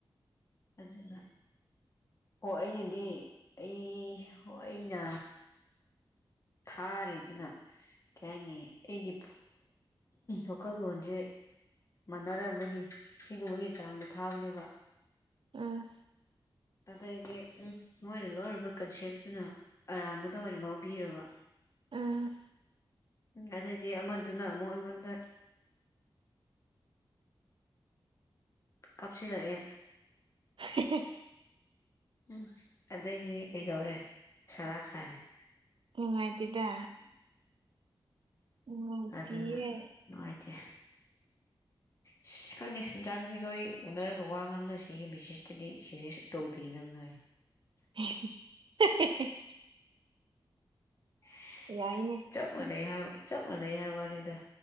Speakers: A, on the left; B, on the right.
A: ꯑꯗꯨꯅ ꯍꯣꯏ ꯑꯩꯅꯗꯤ ꯑꯩ ꯑꯩꯅ ꯊꯥꯔꯤꯗꯨꯅ꯫ ꯀꯩ ꯍꯥꯏꯅꯤ ꯑꯩꯒꯤ ꯋꯥꯈꯜꯂꯣꯟꯁꯦ ꯃꯥꯟꯅꯔꯝꯒꯅꯤ ꯁꯤꯒꯨꯝꯕꯒꯤ ꯆꯥꯡꯗꯣ ꯊꯥꯕꯅꯦꯕ
B: ꯎꯝ꯫
A: ꯑꯗꯩꯗꯤ ꯎ ꯃꯣꯏꯅ ꯂꯧꯣꯏꯔꯨꯕ ꯀꯟꯁꯦꯞꯇꯨꯅ ꯑꯔꯥꯟꯕꯗ ꯑꯣꯏꯅ ꯂꯧꯕꯤꯔꯕ
B: ꯎꯝ
A: ꯎꯝ ꯑꯗꯩꯗꯤ ꯑꯃꯗꯨꯅ ꯑꯃꯨꯛ ꯑꯩꯉꯣꯟꯗ ꯀꯥꯞꯁꯤꯜꯂꯛꯑꯦ
B: ꯎ
A: ꯎꯝ ꯑꯗꯩꯗꯤ ꯀꯩꯗꯧꯔꯦ ꯁꯂꯥꯛ ꯁꯥꯔꯦ
B: ꯅꯨꯡꯉꯥꯏꯇꯦꯗ꯫ ꯅꯨꯡꯉꯥꯏꯇꯤꯌꯦ
A: ꯑꯗꯨꯅ ꯅꯨꯡꯉꯥꯏꯇꯦ ꯏꯁ ꯈꯪꯉꯦ ꯆꯥ ꯅꯨꯨꯄꯤꯗꯣꯏ ꯑꯩ ꯎꯅꯔꯒ ꯋꯥ ꯉꯥꯡꯅꯁꯤ ꯕꯦꯁꯤꯁꯇꯗꯤ ꯁꯦꯔꯤꯌꯁ ꯇꯧꯗꯦ ꯅꯪ ꯍꯥꯏꯥ꯫
B: <unintelligible>
A: ꯑ <unintelligible>
B: ꯌꯥꯏꯅꯦ꯫
A: ꯆꯞ ꯃꯥꯟꯅꯩ ꯍꯥꯏ ꯆꯞ ꯃꯥꯟꯅꯩ ꯍꯥꯏꯕ ꯋꯥꯅꯤꯗ